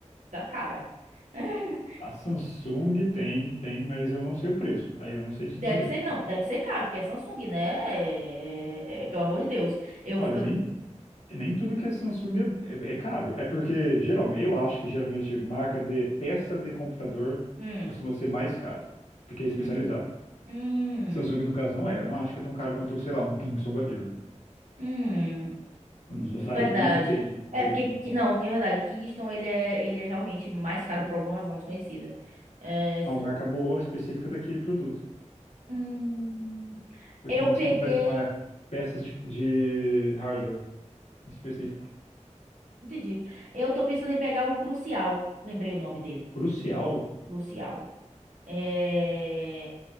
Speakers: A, on the right; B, on the left.
A: da cara. <laughs>
B: A Samsung tem, tem, mas eu não sei o preço. Aí eu não sei te
A: Deve
B: dizer.
A: ser, não, deve ser caro, porque é Samsung, né? É- é- pelo amor de Deus. Eu,
B: Olha,
A: eu,
B: nem, nem tudo que é Samsung é, é- é caro. É porque geralmente, eu acho que geralmente marca de peça de computador
A: hum,
B: costuma ser mais caro, porque é
A: hum,
B: especializado.
A: hum,
B: Samsung, no caso, não é. Eu não acho que é tão caro quanto, sei lá, um Kingston da vida.
A: hum.
B: Nossa,
A: verdade.
B: Aí depende.
A: É
B: Eu,
A: porque, que- não, que é verdade, Kingston, ele é, ele é realmente mais caro por alguma razão desconhecida. É, s-
B: é uma marca boa, específica daquele produto.
A: hum,
B: A
A: eu
B: Kingston
A: peguei.
B: faz uma, peças de, de hardware específico.
A: Entendi. Eu tô pensando em pegar o Crucial. Lembrei o nome dele.
B: Crucial,
A: Crucial. É...